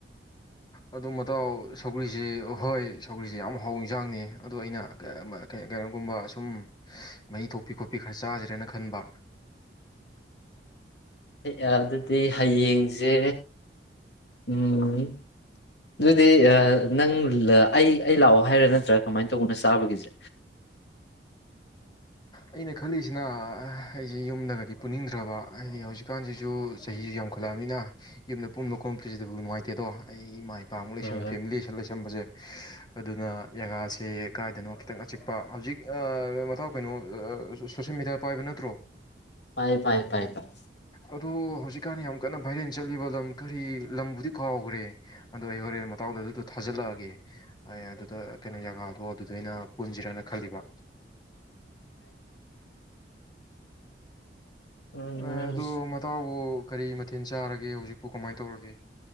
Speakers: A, on the left; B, on the left.
A: ꯑꯗꯨ ꯃꯇꯥꯎ ꯁꯧꯒ꯭ꯔꯤꯁ ꯑ ꯍꯣꯏ ꯁꯧꯒ꯭ꯔꯤꯁ ꯌꯥꯝ ꯍꯥꯎ ꯏꯟꯁꯥꯡꯅꯤ ꯑꯗꯨꯗꯣ ꯑꯩꯅ ꯀꯩꯅꯣꯒꯨꯝꯕ ꯁꯁꯨꯝ ꯃꯍꯤ ꯊꯣꯛꯄꯤ ꯈꯣꯠꯄꯤ ꯈꯔ ꯆꯥꯖꯔꯦꯅ ꯈꯟꯕ ꯑꯗꯨꯒꯤ
B: ꯑ ꯑꯗꯨꯗꯤ ꯍꯌꯦꯡꯁꯦ ꯎꯝ ꯑꯗꯨꯗꯤ ꯅꯪ ꯑꯩ ꯑꯩ ꯂꯥꯛꯑꯣ ꯍꯥꯏꯔꯥ ꯅꯠꯇ꯭ꯔꯥ ꯀꯃꯥꯏꯅ ꯇꯧꯕꯅꯣ ꯆꯥꯕꯒꯤꯁꯦ
A: ꯑꯩꯅ ꯈꯜꯂꯤꯁꯤꯅ ꯑꯩꯁꯦ ꯌꯨꯝꯗꯒꯗꯤ ꯄꯨꯅꯤꯡꯗ꯭ꯔꯕ ꯍꯥꯏꯗꯤ ꯍꯧꯖꯤꯛꯀꯥꯟꯁꯤꯁꯨ ꯆꯍꯤꯁꯨ ꯌꯥꯝꯈꯠꯂꯛꯑꯕꯅꯤꯅ ꯌꯨꯝꯗ ꯄꯨꯟꯕ ꯈꯣꯠꯂꯄꯁꯤꯗꯕꯨ ꯅꯨꯡꯉꯥꯏꯇꯦꯗꯣ ꯑꯩ ꯏꯃꯥꯏ ꯅꯨꯄꯥꯃꯨꯛ ꯂꯩꯁꯝ
B: ꯑꯥ
A: ꯐꯦꯃꯤꯂꯤꯁꯤ ꯂꯩꯁꯕꯁꯦ ꯑꯗꯨꯅ ꯖꯒꯥꯁꯦ ꯀꯥꯏꯗꯅꯣ ꯈꯤꯇꯪ ꯑꯆꯤꯛꯄ ꯍꯧꯖꯤꯛ ꯃꯇꯥꯎ ꯀꯩꯅꯣ ꯁꯣꯁꯦꯜ ꯃꯦꯗꯤꯌꯥꯗ ꯄꯥꯏꯕ ꯅꯠꯇ꯭ꯔꯣ
B: ꯄꯥꯏ ꯄꯥꯏ ꯄꯥꯏ ꯄꯥꯏ
A: ꯑꯗꯣ ꯍꯧꯖꯤꯛꯀꯥꯟ ꯌꯥꯝ ꯀꯟꯅ ꯚꯥꯏꯔꯦꯟ ꯆꯠꯂꯤꯕ ꯂꯝ ꯀꯔꯤ ꯂꯝꯕꯨꯗꯤ ꯈꯥꯎꯈ꯭ꯔꯦ ꯑꯗꯣ ꯑꯩ ꯍꯣꯔꯦ ꯃꯥꯎꯗ ꯑꯗꯨ ꯊꯥꯖꯤꯜꯂꯛꯑꯒꯦ ꯑꯗꯨ ꯀꯩꯅ ꯖꯒꯥꯗꯣ ꯑꯗꯨꯗꯩꯅ ꯄꯨꯟꯁꯤꯔꯅ ꯈꯜꯂꯤꯕ
B: ꯎꯝ
A: ꯑ ꯑꯗꯨ ꯃꯕꯨ ꯀꯔꯤ ꯃꯊꯦꯜ ꯆꯥꯔꯒꯦ ꯍꯧꯖꯤꯛꯄꯨ ꯀꯃꯥꯏꯅ ꯇꯧꯔꯒꯦ